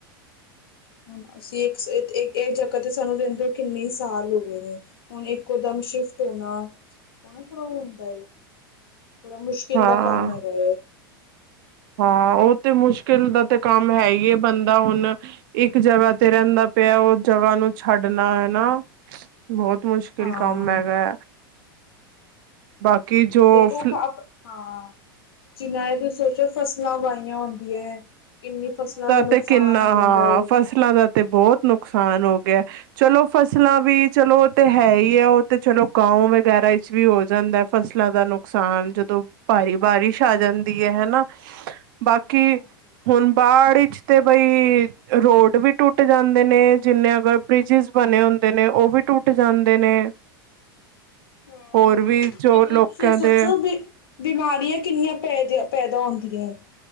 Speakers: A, on the left; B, on the right.
A: ਹੁਣ ਅਸੀਂ ਇਕ ਸੇਰ ਏ ਇਹ ਜਗਾ ਤੇ ਸਾਨੂੰ ਰੈੰਦੇ ਕਿੰਨੇ ਸਾਲ ਹੋ ਗਏ ਨੇ। ਹੁਣ, ਇੱਕੋ ਦਮ ਸ਼ਿਫਟ ਹੋਣਾ ਉਹ ਨਾ ਥੋੜਾ ਉਹ ਹੁੰਦਾ ਏ ਬੜਾ ਮੁਸ਼ਕਿਲ
B: ਹਾਂ
A: ਦਾ ਕੰਮ ਹੈਗਾ ਏ
B: ਹਾਂ ਉਹ ਤੇ ਮੁਸ਼ਕਿਲ ਦਾ ਤੇ ਕੰਮ ਹੈ ਈ ਏ ਬੰਦਾ ਹੁਣ ਇੱਕ ਜਗ੍ਹਾ ਤੇ ਰਹਿੰਦਾ ਪਿਆ ਉਸ ਜਗ੍ਹਾ ਨੂੰ ਛੱਡਣਾ ਹਨਾ ਬਹੁਤ ਮੁਸ਼ਕਿਲ
A: ਹਾਂ
B: ਕੰਮ ਹੈਗਾ ਬਾਕੀ ਜੋ
A: ਦੇਖੋ
B: ਫ
A: ਘਰ ਅ ਹਾਂ ਜਿਨਾ ਇਹ ਤੁਸੀਂ ਸੋਚੋ ਫਸਲਾਂ ਉਵਾਹੀਆ ਹੁੰਦੀਆ। ਕਿੰਨੀ ਫਸਲਾਂ ਦਾ ਨੁਕਸਾਨ
B: ਤੇ ਕਿੰਨਾ
A: ਹੋ ਜਾਂਦਾ
B: ਹਾਂ
A: ਹੈ।
B: ਫਸਲਾਂ ਦਾ ਤੇ ਬਹੁਤ ਨੁਕਸਾਨ ਹੋ ਗਿਆ। ਚਲੋ ਫਸਲਾਂ ਵੀ ਚਲੋ ਉਹ ਤੇ ਹੈ ਹੀ ਹੈ ਉਹ ਤੇ ਚਲੋ ਗਾਉ ਵਗੈਰਾ ਵਿੱਚ ਵੀ ਹੋ ਜਾਂਦਾ। ਫਸਲਾਂ ਦਾ ਨੁਕਸਾਨ ਜਦੋਂ ਭਾਰੀ ਬਾਰਿਸ਼ ਆ ਜਾਂਦੀ ਹੈ ਹਨਾ ਬਾਕੀ
A: ਹਾਂਜੀ ਹਾਂਜੀ
B: ਹੁਣ ਬਾੜ ਵਿਚ ਤੇ ਬਈ ਰੋਡ ਵੀ ਟੁੱਟ ਜਾਂਦੇ ਨੇ ਜਿੰਨੇ ਅਗਰ ਬ੍ਰਿਜਿਸ ਬਣੇ ਹੁੰਦੇ ਨੇ ਉਹ ਵੀ ਟੁੱਟ ਜਾਂਦੇ ਨੇ।
A: ਹਮ
B: ਹੋਰ ਵੀ ਜੋ
A: ਤੇ ਜ
B: ਲੋਕਾਂ
A: ਤੁਸੀਂ ਇਹ ਸੋਚੋ
B: ਦੇ
A: ਵੀ ਬਿਮਾਰੀਆਂ ਕਿੰਨੀਆਂ ਪੈ ਪੈਦਾ ਹੁੰਦੀਆਏ।